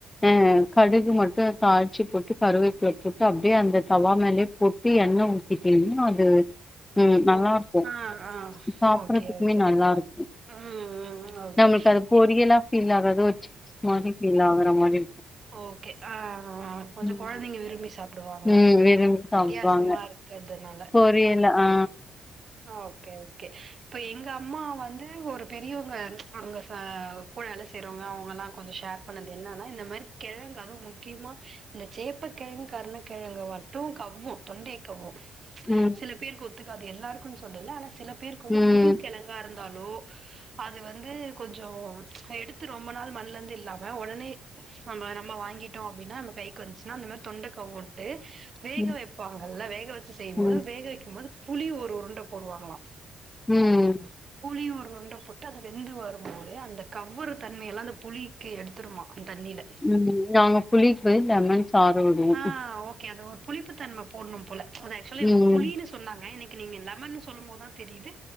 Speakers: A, on the left; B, on the right.
A: அ கடுகு மட்டு தாள்ச்சு போட்டு கருவேப்பில போட்டு அப் டிரே அந்த தவா மேலே போட்டு எண்ணெ ஊத்திட்டீங்கனா அது ம் நல்லாருக்கு
B: ஓ ஆ ஆ
A: சாப்றத்துக்குமே
B: ஓகே ஓகே
A: நல்லாருக்கு
B: ம் ம் ஓகே
A: நம்மளுக்கு அது பொரியலா ஃபீல் ஆகாது ஒரு சிக் மாரி ஃபீல் ஆகுற மாதிரி
B: ஓகே ஆ ஆ கொஞ்ச
A: ம்
B: கொழந்தைங்க விரும்பி சாப்டுவா வாங்க
A: ம் விரும்பி
B: ம்
A: சாப்டுவாங்க
B: வித்தியாசமா இருக்றதுனால
A: பொரியலா ஆ
B: ஓ கே ஓகே இப்ப எங்க அம்மா வந்து ஒரு பெரியவ்ங்க அவ்ங்க ஃபே கூட வேல செய்றவ்ங்க அவங்கலா கொஞ்ச ஷேர் பண்ணது என்னென்னா இந்த மாரி கெழங்கு அதுவு முக்கியமா இந்த சே ப்பக்கெழங்கு கருணக்கெழங்கு மட்டு கவ்வு தொண்டைய கவ்வு
A: ம்
B: சில பேருக்கு ஒத்துக் காது எல்லாருக்கும் சொல்லல ஆனா சில பேருக்கு வந்து
A: ம்
B: புது கெழங்கா இருந்தாலு அத் அது வந்து கொஞ்சோ எடுத்து ரொம்ப நாள் மண்லருந்து இல்லாம ஒடனே பம்ம நம்ம வாங்கிட்டோ அப்டினா நம்ப கைக்கு வந்ச்சுனா இந்த மாரி தொண்ட கவ்வுன்ட்டு வேக
A: ம்
B: வெப்பாங்கல்ல வேக வச்சு செய்யும்போது
A: ம்
B: வேக வெக்கும் போது புளி ஒரு உருண்ட போடுவாங்களா
A: ம்
B: புளி ஒரு உண்ட போட்டு அது வெந்து வரும்போது அந்த கவ்வுற தன்மையெல்லா அந்த புளிக்கு எடுத்துருமா அந்த தண்ணில
A: ம் நாங்க புளிப்பு லெமன் சாறு விடுவோ
B: ஆ ஓகே அது ஓ புளிப்புத்தன்ம போட்ணும் போல ஆனா ஆக்சுவலா இவுங்க
A: ம்
B: புளின்னு சொன்னாங்க இன்னைக்கு நீங்க லெமன்னு சொல்லும்போதா தெரியுது